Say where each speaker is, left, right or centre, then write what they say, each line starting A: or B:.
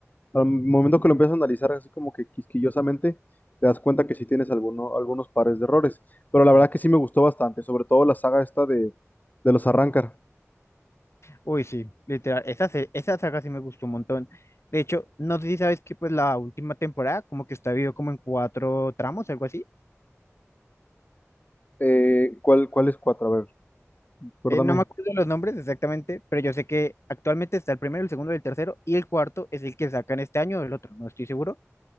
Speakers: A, on the left (about 35°); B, on the left (about 60°).
A: Al momento que lo empiezas a analizar así como que quisquillosamente, te das cuenta que sí tienes alguno- algunos pares de errores. Pero la verdad que sí me gustó bastante, sobre todo la saga esta de, de los Arrancar.
B: uy, sí, literal, esa, se- esa saga sí me gustó un montón. De hecho, no sé si sabes que pues la última temporada como que está dividido como en cuatro tramos, algo así.
A: Eh, ¿cuál, cuál es cuatro? A ver, recuérdame.
B: Eh, no me acuerdo los nombres exactamente, pero yo sé que actualmente está el primero, el segundo, el tercero y el cuarto es el que sacan este año o el otro, no estoy seguro.